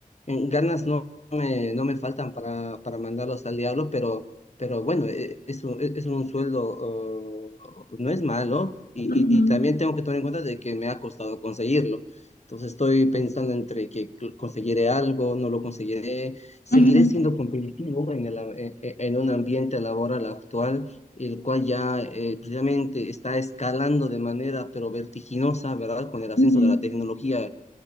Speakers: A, on the left; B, on the left.
A: eh, ganas no me, no me faltan para, para mandarlos al diablo, pero, pero bueno, e- es un, e, es un sueldo, oh, no es malo, y,
B: Ujú,
A: y, y también tengo que tomar en cuenta de que me ha costado conseguirlo. Entonces estoy pensando entre que cl- conseguiré algo, no lo conseguiré, seguiré
B: ujú,
A: siendo competitivo en el, a- e- e- en un ambiente laboral actual el cual ya eh, precisamente está escalando de manera pero vertiginosa, ¿verdad? Con el ascenso
B: ujú.
A: de la tecnología